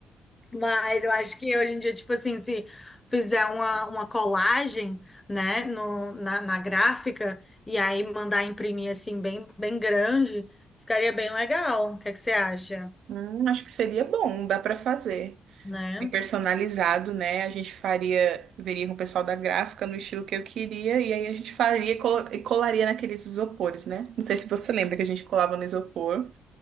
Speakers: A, on the left; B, on the right.
A: Mas eu acho que hoje em dia, tipo assim, se fizer uma, uma colagem, né, no, na, na gráfica, e aí mandar imprimir assim, bem, bem grande, ficaria bem legal. O que é que você acha,
B: Hum, acho que seria bom, dá pra fazer.
A: né?
B: E personalizado, né? A gente faria, veria com o pessoal da gráfica no estilo que eu queria, e aí a gente faria e colo- e colaria naqueles isopores, né? Não sei se você lembra que a gente colava no isopor.